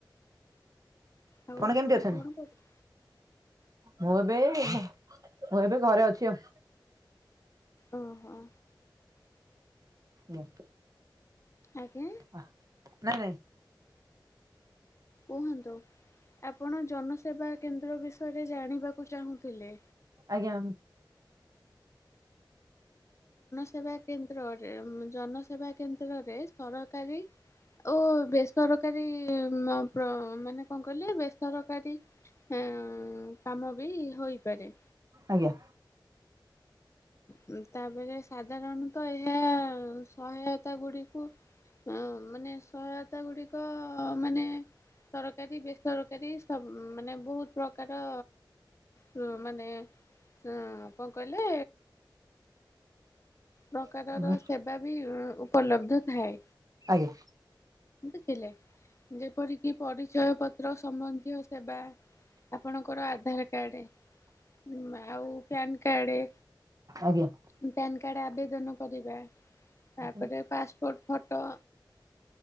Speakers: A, on the left; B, on the right.
A: ହଉ ଆପଣ
B: କେମିତି ଅଛନ୍ତି?
A: କଣ କର
B: ମୁଁ ଏବେ ମୁଁ ଏବେ ଘରେ ଅଛି ଆଉ।
A: ଓହୋ।
B: ନିଅ।
A: ଆଜ୍ଞା।
B: ଆ ନାଇଁ ନାଇଁ
A: କୁହନ୍ତୁ ଆପଣ ଜନସେବା କେନ୍ଦ୍ର ବିଷୟରେ ଜାଣିବାକୁ ଚାହୁଁଥିଲେ?
B: ଆଜ୍ଞା।
A: ସେବା କେନ୍ଦ୍ରରେ ଜନସେବା କେନ୍ଦ୍ରରେ ସରକାରୀ ଓ ବେ ସରକାରୀ ମା ପ୍ର ମାନେ କଣ କହିଲେ ବେସରକାରୀ। ହଁ କାମ ବି ହୋଇପାରେ।
B: ଆଜ୍ଞା।
A: ହଁ ତାପରେ ସାଧାରଣତଃ ଏହା ସହାୟତା ଗୁଡିକୁ ହଁ ମାନେ ସହାୟତା ଗୁଡିକ ମାନେ ସରକାରୀ ବେସରକାରୀ ସବୁ ମାନେ ବହୁତ ପ୍ରକାର ହୁ ମାନେ ଉ କଣ କହିଲେ? ପ୍ରକାରର
B: ଆଜ୍ଞା
A: ସେବା ବି ଉପଲବ୍ଧ ଥାଏ।
B: ଆଜ୍ଞା
A: ଥିଲେ ଯେପରିକି ପରିଚୟ ପତ୍ର ସମ୍ବନ୍ଧୀୟ ସେବା। ଆପଣଙ୍କର ଆଧାର କାର୍ଡ ଉଁ ଆଉ ପ୍ୟାନ କାର୍ଡ
B: ଆଜ୍ଞା।
A: ପ୍ୟାନ୍ କାର୍ଡ ଆବେଦନ କରିବା। ତାପରେ
B: ଆଜ୍ଞା ହୁଁ
A: ପାସପୋର୍ଟ ଫଟୋ